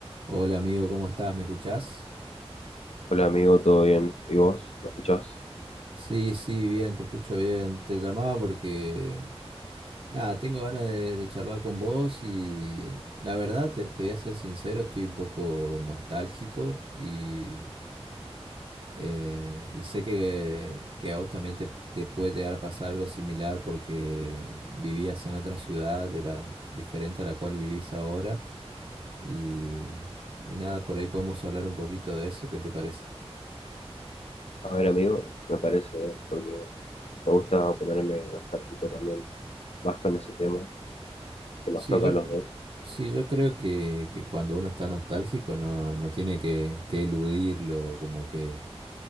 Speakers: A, on the right (about 55°); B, on the left (about 75°).
A: Hola amigo, ¿cómo estás? ¿Me escuchás?
B: Hola amigo, ¿todo bien? ¿Y vos? ¿Me escuchás?
A: Sí, sí, bien, te escucho bien. Te llamaba porque, nada, tengo ganas de, de charlar con vos y la verdad, te, te voy a ser sincero, estoy un poco nostálgico y, eh, y sé que, que a vos también te, te puede llegar a pasar algo similar porque vivías en otra ciudad de la, diferente a la cual vivís ahora y, y nada, por ahí podemos hablar un poquito de eso, ¿qué te parece?
B: A ver amigo, me parece, porque me gusta ponerme nostálgico también, más con ese tema que nos
A: Sí,
B: toca
A: yo,
B: a
A: eh,
B: los dos.
A: sí, yo creo que, que cuando uno está nostálgico no, no tiene que, que eludirlo, como que